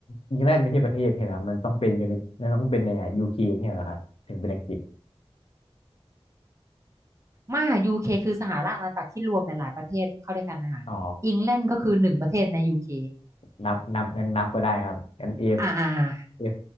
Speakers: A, on the left; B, on the right.
A: อิงแลนด์ไม่ใช่ประเทศใช่ไหมครับมันต้องเป็นยูนิมันต้องเป็นยังไงยูเคใช่ไหมครับถึงเป็นอังกฤษ
B: มายูเคคือสหราชอาณาจักรที่รวมหลายๆประเทศเข้าด้วยกันนะคะอิงแลนด์ก็คือหนึ่งประเทศในยูเค
A: อ๋อ นับนับงั้นนับก็ได้ครับงั้นเอฟ
B: อ่าอ่าอ่า
A: เอฟ